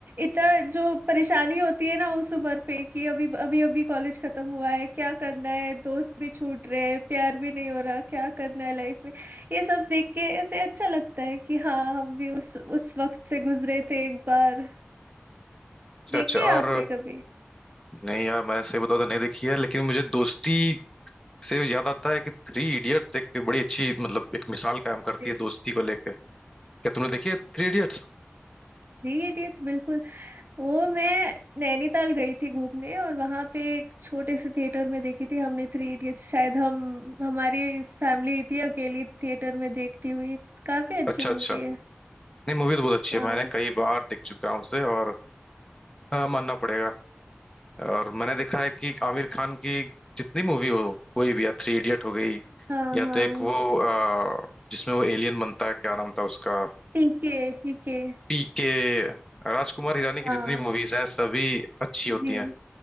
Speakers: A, on the right; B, on the left.
A: इतना जो परेशानी होती है ना उस उम्र पे कि अभी अभी अभी कॉलेज खत्म हुआ है क्या करना है दोस्त भी छूट रहे हैं प्यार भी नहीं हो रहा क्या करना है लाइफ में ये सब देख के ऐसे अच्छा लगता है कि हाँ हम भी उस उस वक्त से गुजरे थे एक बार
B: अच्छा
A: देखिए
B: अच्छा
A: आपने
B: और
A: कभी
B: नहीं यार मैंने सही बताऊं तो नहीं देखी है लेकिन मुझे दोस्ती से याद आता है कि थ्री इडियट्स एक बड़ी अच्छी मतलब एक मिसाल कायम करती
A: जी
B: है दोस्ती को लेके क्या तुमने देखी है थ्री इडियट्स
A: जी इडियट्स बिल्कुल वो मैं नैनीताल गई थी घूमने और वहां पे एक छोटे से थिएटर में देखी थी हमने थ्री इडियट्स शायद हम हमारी फैमिली थी अकेली थिएटर में देखती हुई काफी अच्छी
B: अच्छा अच्छा
A: मूवी है
B: नहीं मूवी तो बहुत अच्छी
A: हाँ
B: है मैंने कई बार देख चुका हूँ उसे और हाँ, मानना पड़ेगा और मैंने देखा है कि आमिर खान की जितनी मूवी हो कोई भी या थ्री इडियट हो गई
A: हाँ
B: या
A: हाँ
B: तो एक वो अ, जिसमें वो एलियन बनता है क्या नाम था उसका
A: पीके पीके
B: पी के राजकुमार हिरानी की
A: हाँ
B: जितनी मूवीज हैं सभी अच्छी होती
A: जी
B: हैं